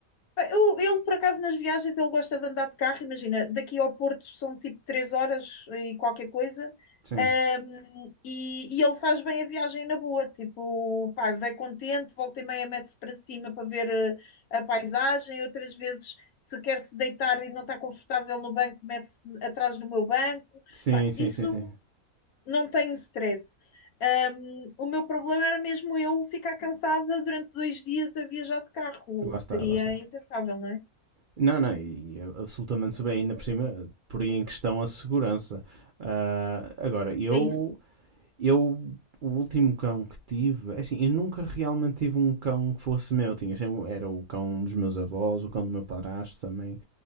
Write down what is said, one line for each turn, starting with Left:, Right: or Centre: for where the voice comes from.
Left: Bem, eu- ele, por acaso, nas viagens, ele gosta de andar de carro. Imagina, daqui ao Porto são tipo três horas e qualquer coisa.
Right: Sim.
Left: Ahm, e, e ele faz bem a viagem na boa. Tipo, pá, vai contente, volta e meia mete-se para cima para ver eh, a paisagem. Outras vezes, se quer se deitar e não está confortável no banco, mete-se atrás do meu banco.
Right: Sim,
Left: Pá,
Right: sim,
Left: isso
Right: sim, sim.
Left: não tenho stress. Ahm, o meu problema era mesmo eu ficar cansada durante dois dias a viajar de carro.
Right: Lá está,
Left: Seria
Right: lá está.
Left: impensável, não é?
Right: Não, não, e e é absolutamente sobre, ainda por cima, por aí em questão a segurança. Ah, agora, eu
Left: É isso.
Right: Eu, o último cão que tive, é assim, eu nunca realmente tive um cão que fosse meu. Tinha, sempre- era o cão dos meus avós, o cão do meu padrasto também,